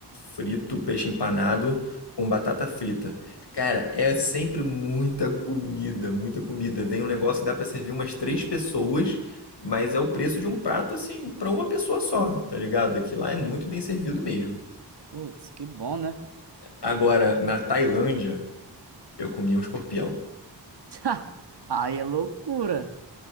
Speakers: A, on the left; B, on the right.
A: frito, peixe empanado com batata frita. Cara, é sempre muita comida, muita comida. Vem um negócio que dá pra servir umas três pessoas, mas é o preço de um prato assim pra uma pessoa só, tá ligado? É que lá é muito bem servido mesmo.
B: Putz, que bom, né?
A: Agora, na Tailândia, Eu comi um escorpião.
B: <laughs> Aí é loucura.